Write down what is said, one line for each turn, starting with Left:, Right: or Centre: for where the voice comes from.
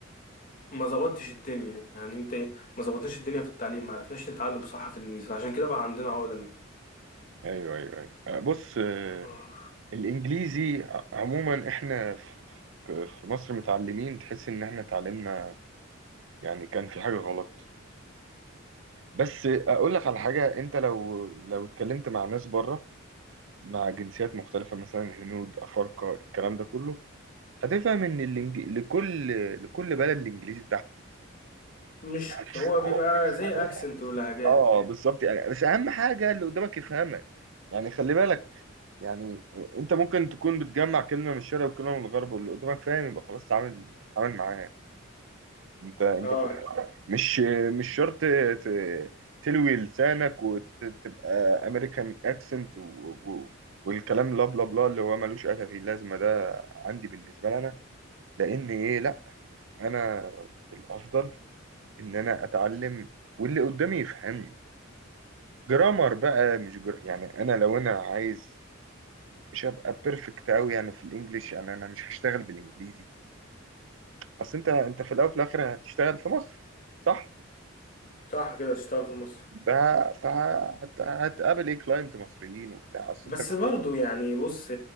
Left: ما ظبطتش الدنيا يعني أنت إيه ما ظبطناش الدنيا في التعليم ما عرفناش نتعلم صح في الإنجليزي عشان كده بقى عندنا عقدة منه
Right: ايوه ايوه ايوه آه، بص آه،
Left: اه.
Right: الانجليزي ع- عموما احنا ف- ف- في مصر متعلمين تحس ان احنا اتعلمنا يعني كان في حاجه غلط بس اقول لك على حاجه انت لو لو اتكلمت مع ناس بره مع جنسيات مختلفه مثلا هنود افارقه الكلام ده كله هتفهم ان الإنج... لكل لكل بلد الانجليزي
Left: مش
Right: بتاعها
Left: هو بيبقى زي أكسنت ولهجات
Right: اه بالظبط يعني بس اهم حاجه اللي قدامك يفهمك يعني خلي بالك يعني انت ممكن تكون بتجمع كلمه من الشرق وكلمه من الغرب واللي قدامك فاهم يبقى خلاص تعامل تعامل معاه انت انت
Left: اه
Right: فاهم مش مش شرط ت- تلوي لسانك وتبقى امريكان اكسنت والكلام لا بلا بلا اللي هو ملوش اي في اللازمه ده عندي بالنسبه لي انا لان ايه لا انا الافضل ان انا اتعلم واللي قدامي يفهمني جرامر بقى مش جر... يعني انا لو انا عايز مش هبقى بيرفكت قوي يعني في الانجليش يعني انا مش هشتغل بالانجليزي اصل انت انت في الاول وفي الاخر هتشتغل في مصر صح
Left: صح كده اشتغل في مصر
Right: ده فهتقابل ايه كلاينت مصريين وبتاع اصل
Left: بس
Right: انت مش
Left: برضو يعني بص